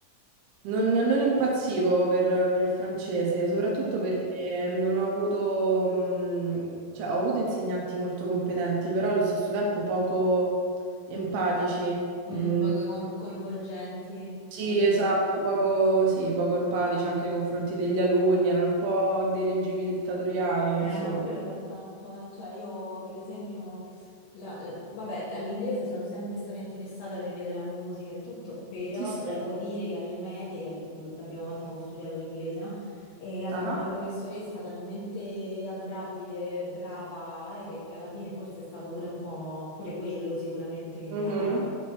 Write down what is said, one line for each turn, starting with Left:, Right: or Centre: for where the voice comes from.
Right: non- non impazzivo per, per il francese, soprattutto
Left: Mm,
Right: perché non ho avuto, mh, cioè ho avuto insegnanti molto competenti, però allo stesso tempo poco empatici.
Left: mm,
Right: Mm,
Left: poco coin- coinvolgenti,
Right: sì,
Left: vuoi dire?
Right: esatto, poco, sì, poco empatici anche nei confronti degli alunni, erano un po' dei regimi dittatoriali,
Left: Eh,
Right: insomma.
Left: ma quello fa tanto, eh. Cioè io per esempio, la- eh, vabbè, all'inglese sono sempre stata interessata per via della musica e tutto, però
Right: Sì, sì.
Left: devo dire che alle medie, che è l- la prima volta che ho studiato l'inglese, no? E avevo
Right: Ah.
Left: una professoressa talmente adorabile, brava, eh, che, che alla fine forse è stato pure un po', pure quello sicuramente che mi
Right: Mhm.
Left: ha,